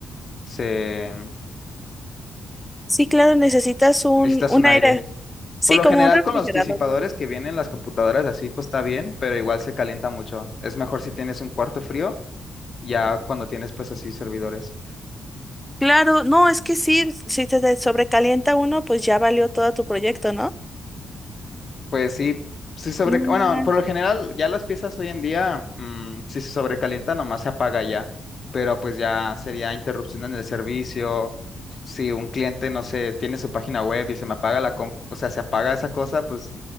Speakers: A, on the left (about 40°); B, in the centre.
A: se...
B: Sí, claro, necesitas un,
A: Necesitas
B: un
A: un
B: aire,
A: aire.
B: sí,
A: Por lo
B: como
A: general
B: un refrigerador,
A: con los disipadores
B: vaya.
A: que vienen las computadoras así, pues está bien, pero igual se calienta mucho. Es mejor si tienes un cuarto frío, ya cuando tienes pues así servidores.
B: Claro, no, es que sí, si te de- sobrecalienta uno, pues ya valió todo tu proyecto, ¿no?
A: Pues sí, sí sobre...
B: No,
A: Bueno,
B: man.
A: por lo general ya las piezas hoy en día, mm, si se sobrecalienta, nomás se apaga ya, pero pues ya sería interrupción en el servicio. Si un cliente, no sé, tiene su página web y se me apaga la comp, o sea, se apaga esa cosa, pues